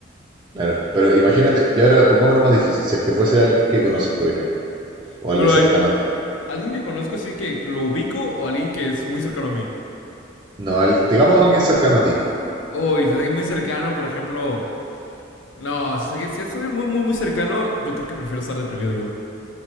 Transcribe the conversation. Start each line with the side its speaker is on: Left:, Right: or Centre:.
Right: Claro, pero imagínate, y ahora pongamos una más difícil, si es que fuese alguien que conoces, por ejemplo,
Left: <laughs>
Right: o alguien
Left: Pero
Right: cercano
Left: hay-
Right: a ti.
Left: alguien que conozco sí que lo ubico o alguien que es muy cercano a mí.
Right: No, alguien- digamos alguien cercano a ti.
Left: Uy, si es alguien muy cercano, por ejemplo... No, si es, alguien, si es alguien muy, muy, muy cercano, yo creo que prefiero estar deprimido yo.